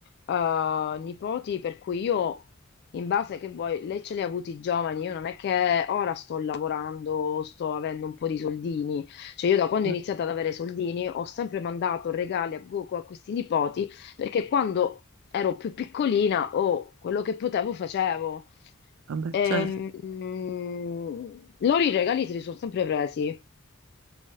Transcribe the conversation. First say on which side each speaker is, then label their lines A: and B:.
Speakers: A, on the left; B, on the right.
A: eh, nipoti per cui io, in base che vuoi, lei ce li ha avuti giovani, io non è che ora sto lavorando, sto avendo un po' di soldini, cioè io da quando
B: Eh,
A: ho iniziato ad avere soldini ho sempre mandato regali a, a questi nipoti perché quando ero più piccolina, oh, quello che potevo facevo.
B: Vabbè,
A: Ehm,
B: certo.
A: mm, loro i regali se li sono sempre presi.